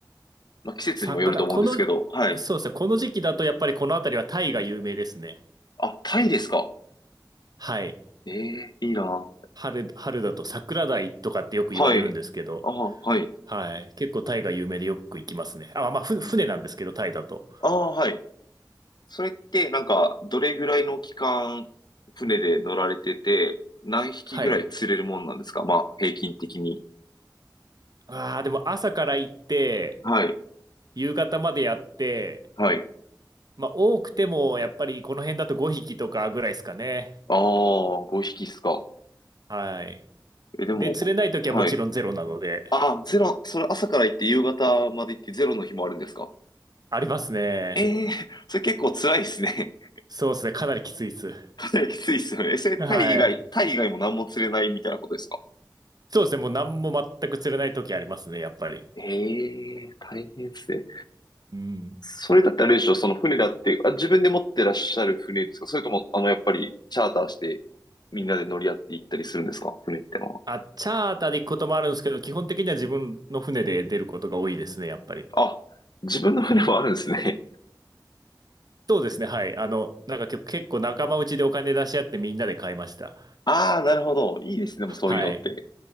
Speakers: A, on the left; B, on the right.
A: まあ、季節にもよると思うんですけど、
B: 魚、この、
A: はい。
B: そうですね、この時期だとやっぱりこの辺りはタイが有名ですね。
A: あ、タイですか。
B: はい。
A: ええいいな。
B: 春、春だと桜鯛とかってよく言われるんですけど、
A: はい。ああ、はい。
B: はい。結構タイが有名でよく行きますね。あ、まあ、ふ船なんですけど、
A: うん
B: タイだと。
A: ああ、はい。それって、なんか、どれぐらいの期間、船で乗られてて、何匹ぐらい釣れるもんなんですかまあ、
B: はい。
A: 平均的に。
B: ああ、でも朝から行って、
A: はい。
B: 夕方までやって、
A: はい。
B: まあ、多くても、やっぱりこの辺だと5匹とかぐらいですかね。
A: ああ、5匹っすか。
B: はい。
A: え、でも、
B: で、釣れない時はもちろんゼロなので、
A: はい。ああ、ゼロ、それ朝から行って夕方まで行ってゼロの日もあるんですか
B: ありますね。
A: ええー、それ結構辛いですね。<laughs>
B: そうですね。かなりきついです。
A: かなりきついっすよね。えそれタイ以外、
B: はい。
A: タイ以外も何も釣れないみたいなことですか
B: そうですね。もう何も全く釣れない時ありますね、やっぱり。
A: ええー、大変っすね。
B: うん。
A: それだったらあれでしょ、その船だって、あ、自分で持ってらっしゃる船ですかそれとも、あの、やっぱり、チャーターして、みんなで乗り合って行ったりするんですか船ってのは。
B: あ、チャーターで行くこともあるんですけど、基本的には自分の船で出ることが多いですね、やっぱり。
A: あ、自分の船もあるんですね。
B: そうですね。はい。あの、なんか結結構仲間内でお金出し合ってみんなで買いました。
A: <laughs> ああ、なるほど。いいですね、でもそういうのって。
B: はい。